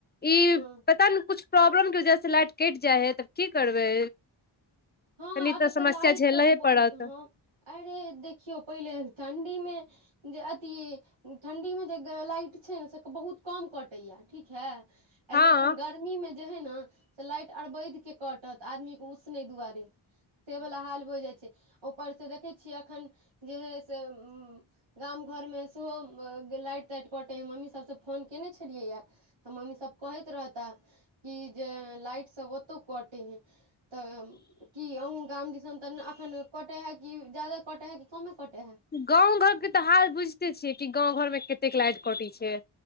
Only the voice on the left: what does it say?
ई
पता ने कुछ प्रॉब्लम के वजह से लाइट कटि जाय है तब की करबै
तनी
तऽ
समस्या
झेलहे
पड़त
हँ
गाँंव घर के तऽ हाल बुझते छियै कि गाँंव घर में कतेक लाइट कटे छै